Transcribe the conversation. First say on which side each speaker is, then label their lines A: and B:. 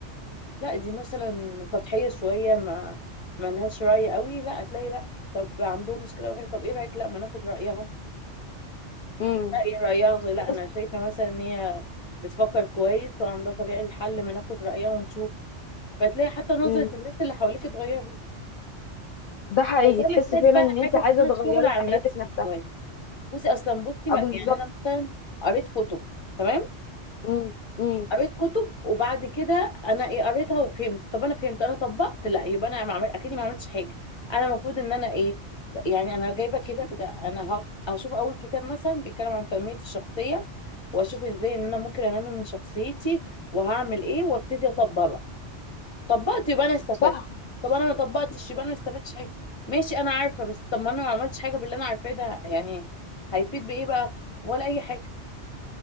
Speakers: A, on the left; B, on the left.
A: لا دي مثلا سطحية شوية ما ما لهاش رأي قوي لا هتلاقي لا طب عندهم مشكلة وحاجة طب ايه رأيك لا ما ناخد رأيها
B: مم.
A: رأي رأيها لا
B: بص
A: أنا شايفة مثلا إن هي بتفكر كويس وعندها طريقة للحل ما ناخد رأيها ونشوف فتلاقي حتى نظرة
B: مم.
A: الناس اللي حواليك اتغيرت
B: ده حقيقي
A: فده
B: تحس
A: محتاج
B: فعلا
A: بقى
B: ان انت
A: حاجة
B: عايزه
A: اسمها
B: تغيري
A: الشغل على النفس
B: حياتك نفسها
A: شوية بصي أصلا بصي ما-
B: آه، بالظبط
A: يعني أنا مثلا قريت كتب تمام
B: مم. مم.
A: قريت كتب وبعد كده انا ايه قريتها وفهمت طب انا فهمت انا طبقت لا يبقى انا ما عمل... اكيد ما عملتش حاجه انا المفروض ان انا ايه يعني انا جايبه كده بتاع- انا ه- هشوف اول كتاب مثلا بيتكلم عن تنميه الشخصيه واشوف ازاي ان انا ممكن انمي من شخصيتي وهعمل ايه وابتدي اطبق بقى طبقت يبقى انا استفدت
B: صح
A: طب انا ما طبقتش يبقى انا ما استفدتش حاجه ماشي انا عارفه بس طب ما انا ما عملتش حاجه باللي انا عارفاه ده يعني هيفيد بايه بقى ولا اي حاجه